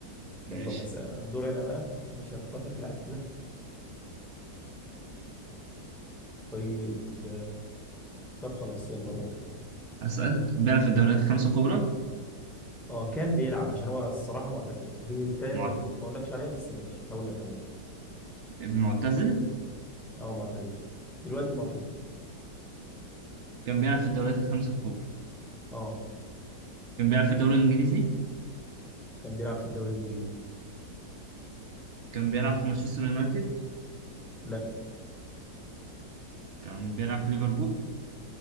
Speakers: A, on the right; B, in the centre.
A: ماشي
B: يلا بقى أسأل- الدور انا بقى ماشي هختار لك لاعب كده طيب طب خلاص يلا روح
A: اسال بيلعب في الدوريات الخمسه الكبرى
B: اه كان بيلعب عشان هو الصراحه معتزل دي التانية
A: معت-
B: المفروض ما اقولكش عليها بس ماشي هقول لك عليها
A: معتزل
B: اه معتزل دلوقتي معتزل
A: كان بيلعب في الدوريات الخمسه الكبرى
B: اه
A: كان بيلعب في الدوري الانجليزي
B: كان بيلعب في الدوري الانجليزي
A: كان بيلعب في مانشستر يونايتد
B: لا
A: كان بيلعب في ليفربول